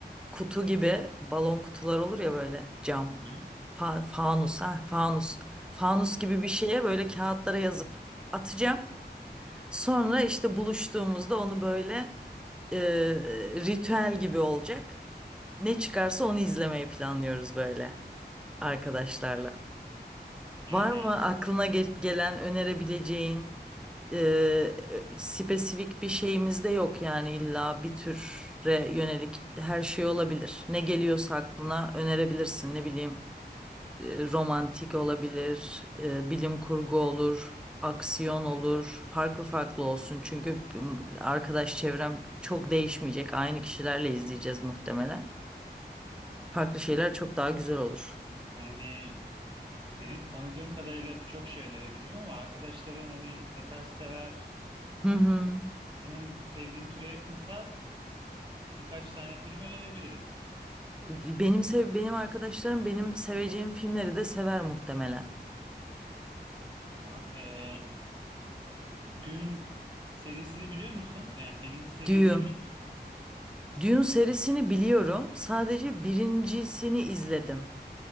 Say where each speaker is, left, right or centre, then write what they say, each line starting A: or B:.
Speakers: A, in the centre; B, on the right.
A: kutu gibi balon kutular olur ya böyle cam.
B: Hı hı.
A: Fa- fanus ha fanus. Fanus gibi bir şeye böyle kağıtlara yazıp atacağım. Sonra işte buluştuğumuzda onu böyle e, ritüel gibi olacak. Ne çıkarsa onu izlemeyi planlıyoruz böyle arkadaşlarla.
B: Yani
A: Var mı aklına ge- gelen önerebileceğin e, spesifik bir şeyimiz de yok yani illa bir türe yönelik her şey olabilir. Ne geliyorsa aklına önerebilirsin. Ne bileyim e, romantik olabilir, e, bilim kurgu olur, aksiyon olur. Farklı farklı olsun çünkü arkadaş çevrem çok değişmeyecek. Aynı kişilerle izleyeceğiz muhtemelen. Farklı
B: hmm,
A: şeyler çok daha güzel olur.
B: yani Seni tanıdığım kadarıyla birçok şey önerebilirim ama arkadaşların hani ne tarz sever,
A: Hı hı.
B: senin sevdiğin türe yakınsa birkaç tane film önerebilirim.
A: Benim sev benim arkadaşlarım benim seveceğim filmleri de sever muhtemelen.
B: Tamam. Ee, Dün serisini biliyor musun? Yani birinci seri
A: Dune.
B: izlemiş. misin?
A: Dune serisini biliyorum. Sadece birincisini izledim.